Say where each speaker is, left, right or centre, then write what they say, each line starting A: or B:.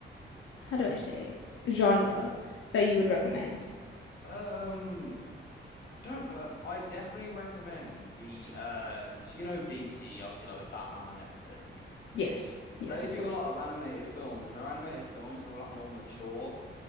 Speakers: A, on the left; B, on the left.
A: how do I say it? Genre that you would recommend?
B: Um. I don't uh, I definitely recommend the um so you know DC obviously like with Batman and everything.
A: Yes. Yes,
B: They
A: of
B: do
A: course.
B: a lot of animated films and their animated films are a lot more mature